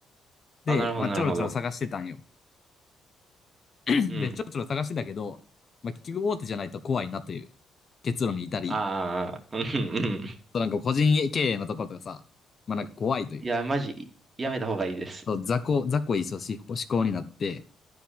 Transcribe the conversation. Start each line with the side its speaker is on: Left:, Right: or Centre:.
Left: で、
Right: あ、なるほどなるほど。
Left: まあちょろちょろ探してたんよ。<clears throat>
Right: うん。
Left: で、ちょろちょろ探してたけど、まあ結局大手じゃないと怖いなという結論に至り、
Right: ああ、うんうん。
Left: そうなんか個人経営のところとかさ、まあなんか怖いという、
Right: いや、マジ、やめた方がいいです。
Left: そう雑魚、雑魚い組織思考になって、